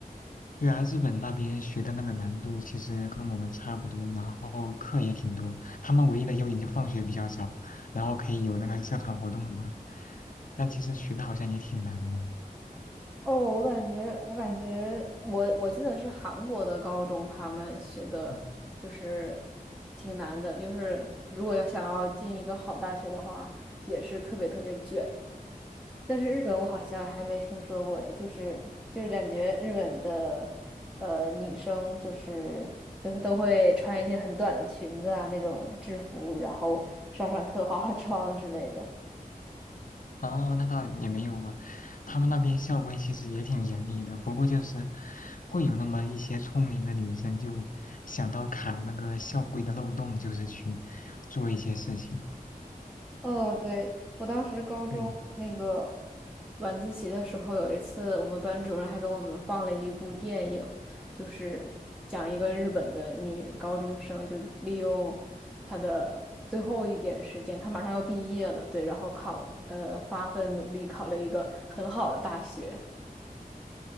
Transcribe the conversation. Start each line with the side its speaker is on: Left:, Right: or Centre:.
Left: 对啊，日本那边学的那个难度其实跟我们差不多，然后课也挺多。他们唯一的优点就放学比较早，然后可以有那个社团活动吧。但其实学的好像也挺难的。
Centre: 哦，我感觉，我感觉我，我记得是韩国的高中，他们学的就是
Left: 哦，
Centre: 挺难的，就是如果要想要进一个好大学的话，也是特别特别卷。但是日本我好像还没听说过，诶，就是就是感觉日本的呃女生就是都都会穿一些很短的裙子啊那种制服，然后上上课化化妆之类的。
Left: 哦，那倒也没有吧。他们那边校规其实也挺严厉的，不过就是会有那么一些聪明的女生就想到卡那个校规的漏洞，就是去做一些事情。
Centre: 哦，对，我当时高中那个
Left: 对
Centre: 晚自习的时候，有一次我们班主任还给我们放了一部电影，就是讲一个日本的女高中生，就利用她的最后一点时间，她马上要毕业了，对，然后考，呃，发奋努力考了一个很好的大学。